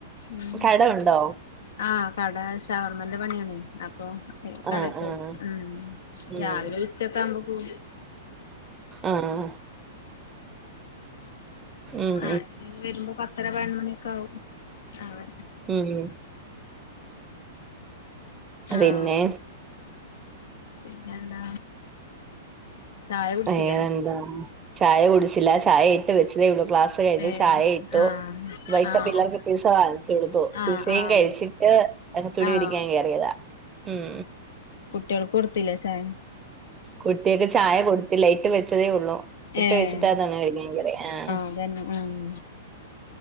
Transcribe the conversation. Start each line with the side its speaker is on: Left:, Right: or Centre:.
Left: ഉം
Right: കട ഉണ്ടോ
Left: ആഹ് കട ശവർമന്റെ പണിയാണ് അപ്പൊ കടേ
Right: ആഹ്
Left: പോവും
Right: ആഹ്
Left: ഉം
Right: ഉം
Left: രാവിലെ ഉച്ചക്കെ ആവുമ്പോ പോരും
Right: ആഹ് ഉം
Left: ആഹ് ഇനി വരുമ്പോ പത്തര പതിനൊന്നു മണിയൊക്കെ ആകും ആഹ്
Right: ഉം
Left: ആഹ്
Right: പിന്നെ
Left: പിന്നെന്താ? ചായ കുടിച്ചില്ലേ
Right: വേറെന്താ ചായ കുടിച്ചില്ല ചായ ഇട്ട് വെച്ചതേ ഇവിളൂ ക്ലാസ് ട്ട് കയ്ഞ്ഞു
Left: ഏഹ്
Right: ചായ ഇട്ടു
Left: ആഹ്
Right: <unintelligible>
Left: ആഹ്
Right: പിള്ളേർക്ക് പിസ്സ വാങ്ങിച്ചു കൊടുത്തു
Left: ആഹ്
Right: പിസ്സയും
Left: ആഹ്
Right: കഴിച്ചിട്ട് അത് തുണി
Left: ആഹ്
Right: വിരിക്കാൻ കയറിയതാ ഉം
Left: കുട്ടികൾ കൊടുത്തില്ല ചായ
Right: കുട്ടികൾക്കു ചായ കൊടുത്തില്ല ഇട്ടു വെച്ചതേ ഉള്ളൂ ഇട്ട്
Left: ഏഹ്
Right: വെച്ചിട്ട്താണ് <unintelligible> ആഹ്
Left: അതന്നെ ആഹ്